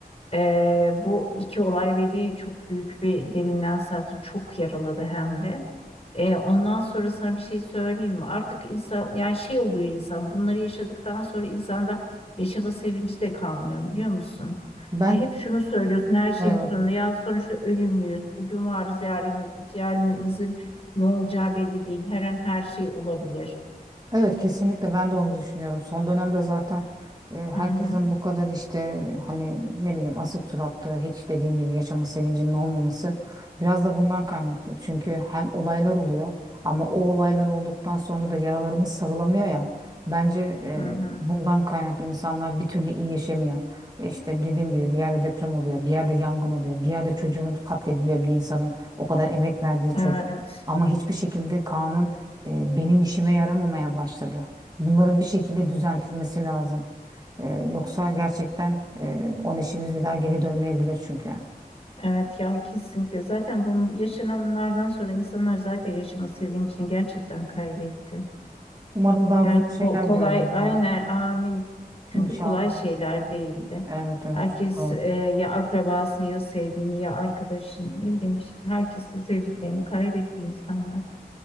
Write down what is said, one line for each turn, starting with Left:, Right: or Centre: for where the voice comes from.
Left: Ee, bu iki olay beni çok büyük bir derinden sarktı. Çok yaraladı hem de. Ee, ondan sonrasına bir şey söyleyeyim mi? Artık insan yani şey oluyor insan bunları yaşadıktan sonra insanda yaşama sevinci de kalmıyor biliyor musun?
Right: Ben
Left: E, Hep şunu söylüyorsun her şeyin
Right: evet
Left: sonunda ya sonuçta ölümlüyüz. Bugün varız yarın yokuz. Yarınımızın ne olacağı belli değil. Her an her şey olabilir.
Right: Evet kesinlikle ben de onu düşünüyorum. Son dönemde zaten e, herkesin
Left: Hı hı,
Right: bu kadar işte hani ne bileyim asık suratlı hiç dediğin gibi yaşama sevincinin olmaması biraz da bundan kaynaklı. Çünkü hem olaylar oluyor ama o olaylar olduktan sonra da yaralarımız sarılamıyor ya. Bence e,
Left: hı hı.
Right: bundan kaynaklı insanlar bir türlü iyileşemiyor. E, İşte dediğim gibi bir yerde deprem oluyor, bir yerde yangın oluyor, bir yerde çocuğun katlediliyor bir insanın o kadar emek verdiği çocuğu.
Left: Evet.
Right: Ama hiçbir şekilde kanun e, benim işime yaramamaya başladı. Bunların bir şekilde düzeltilmesi lazım. E, yoksa gerçekten e, o neşemiz bir daha geri dönmeyebilir çünkü.
Left: Evet ya kesinlikle. Zaten bunun yaşananlardan sonra insanlar zaten yaşama sevincini gerçekten kaybetti.
Right: Umarım daha
Left: Yani
Right: güzel şeyler
Left: ko- kolay
Right: görürüz
Left: aynen
Right: ya.
Left: amin. Çünkü
Right: İnşallah.
Left: kolay şeyler değildi.
Right: Evet evet
Left: Herkes
Right: çok doğru.
Left: e, ya akrabasını ya sevdiğini ya arkadaşını ne bileyim herkesi sevdiklerini kaybetti insanlar.